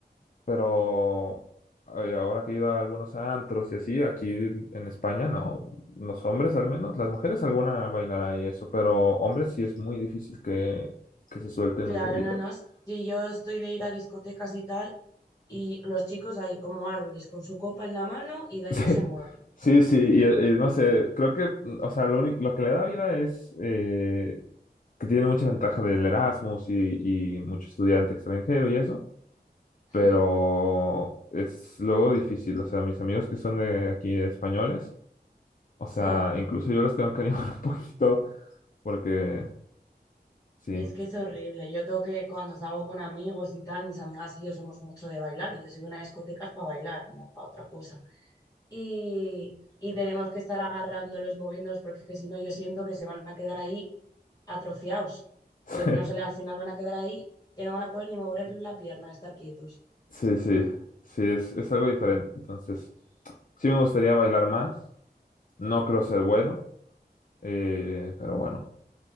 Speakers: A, on the left; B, on the left.
A: pero ay, ahora que he ido a algunos antros y así, aquí en España, no, los hombres al menos, las mujeres alguna bailará y eso, pero hombres sí es muy difícil que, que se suelten
B: Claro,
A: un poquito.
B: no, no.
A: <laughs>
B: Si yo estoy de ir a discotecas y tal, y los chicos ahí como árboles con su copa en la mano y de ahí
A: Sí.
B: no se mueven.
A: Sí, sí, y, eh, no sé, creo que, mm, o sea, lo único, lo que le da vida es, eh, que tiene mucha ventaja del Erasmus y, y mucho estudiante extranjero y eso,
B: Hmm,
A: pero es luego difícil. O sea, mis amigos que son de aquí españoles, o
B: sí,
A: sea, incluso yo los tengo que animar <laughs> un poquito porque sí,
B: es que es horrible. Yo tengo que, cuando salgo con amigos y tal, mis amigas y yo somos mucho de bailar. y Yo soy una discoteca para bailar, no para otra cosa. y, y tenemos que estar agarrándolos, moviéndolos, porque es que si no, yo siento que se van a quedar ahí atrofiados,
A: <laughs>
B: que no se le, al final van a quedar ahí, que no van a poder ni mover la pierna, estar quietos.
A: sí, sí, sí, sí, es, es algo diferente. Entonces, sí me gustaría bailar más, no creo ser bueno, eh, pero bueno.